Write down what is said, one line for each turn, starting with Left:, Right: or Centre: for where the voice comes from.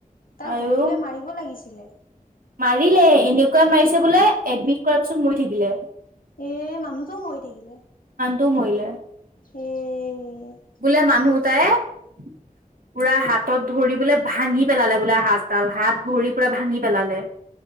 Left: তাক
Right: আৰু
Left: ধৰিলৈ মাৰিব লাগিছিলে।
Right: মাৰিলে এনেকুৱাই মাৰিছে বোলে এডমিট কৰাৰ পিছত মৰি থাকিলে।
Left: এ মানুহটো মৰি থাকিলে।
Right: দো মৰিলে।
Left: উম।
Right: বোলে মানুহ
Left: দিব
Right: তাই পুৰা হাত। হাতত ধৰি বোলে ভাঙি পেলালে বোলে হাত তাল হাত ধৰি পুৰা ভাঙি পেলালে।